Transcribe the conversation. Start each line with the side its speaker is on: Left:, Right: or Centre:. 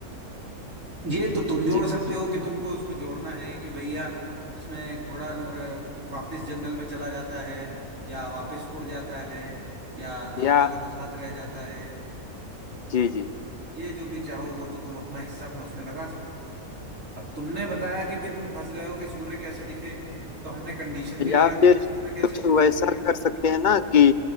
Right: ये तो तुम जोड़
Left: जी
Right: सकते हो कि तुमको उसमें जोड़ना है कि भैया उसमें घोड़ा अ, वापस जंगल में चला जाता है या वापस उड़ जाता है या गांव
Left: या
Right: वालों के साथ रह जाता है
Left: जी जी
Right: ये जो भी चाहो वो तो तुम अपना हिस्सा अपना उसमें लगा सकते हो। अब तुमने बताया कि भाई तुम फंस गए हो कि सूर्य कैसे दिखे तो हमने कंडीशन भी लगा
Left: या फिर
Right: दी कि सूर्य कैसे
Left: कुछ
Right: दिखे
Left: वैसा
Right: ना
Left: कर सकते हैं ना कि